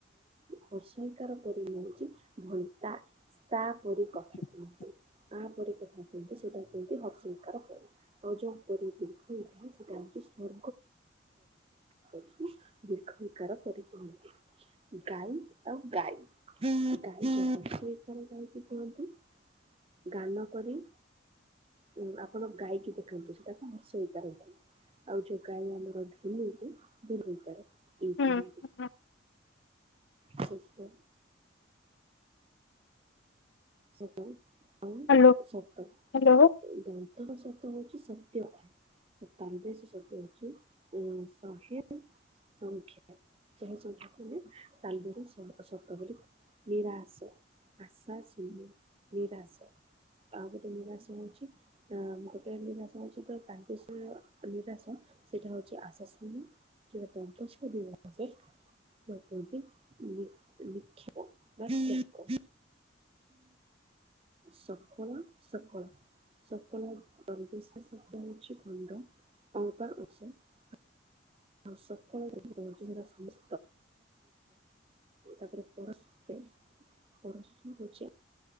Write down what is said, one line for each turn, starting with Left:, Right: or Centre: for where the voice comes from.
Right: ହର୍ସଇକାର ପରି ହୋଉଛି। <unintelligible>
Left: <inaudible>
Right: ତାପରି କଥା କୁହନ୍ତୁ ସେଇଟା କୁହନ୍ତି ହର୍ସଇକାର ପରି ଆଉ ଯୋଉ ପରୀ ଦୀର୍ଘଇ ଥାଏ ସେଟା <unintelligible> ଦିର୍ଘଇକାର ପରୀ କହନ୍ତି। ଗାଇ ଆଉ ଗାଈ ଗାଈ ହର୍ସେଇ କାର ଗାଈ କୁ କୁହନ୍ତି। ଗାନ କରି ଉଁ ଆପଣ ଗାଇକି ଦେଖାନ୍ତୁ ସେଇଟା କଣ ହର୍ସେଇ କାର ଗାଇ ଆଉ ଯୋଉ ଗାଈ ଆମର ଧି ହେଇକି ଦୀର୍ଘଇ କାର। <unintelligible>
Left: ହୁଁ ହୁଁ
Right: ସେତ। ସତ ଆଉ
Left: ହ୍ୟାଲୋ
Right: ସତ
Left: ହ୍ୟାଲୋ
Right: <unintelligible> ସତ ହୋଉଚି। ସତ୍ୟ ତାଲବେସ ସତ୍ୟ ହୋଉଛି ଉଁ ଶହେ ସଂଖ୍ୟା। <unintelligible> ତାଲବେସ ସ ସତ ବୋଲି ନିରାଶ ଆଶା ନି ନିରାଶ। ଆଉ ଗୋଟେ ନିରାଶ ହୋଉଛି ଆ ଗୋଟେ ନିରାଶ ହୋଉଛି ତ ତାଲବେସ ନିରାଶ ସେଟ ହୋଉଛି ଆଶା ଶୂନ୍ୟ ଯୋଉ <unintelligible> ବସେ। ଯଗଦି ବି ବିକ୍ଷିପ। <unintelligible> ସକଳ ସକଳ। ସକଳ ତାଲବେସ ଶବ୍ଦ ହୋଉଚି। <unintelligible> ଆଉ ସକଳ ଅର୍ଥ ହୋଉଚି ଯୋଉରା। <unintelligible> ତାପରେ <unintelligible> ହୋଉଛି।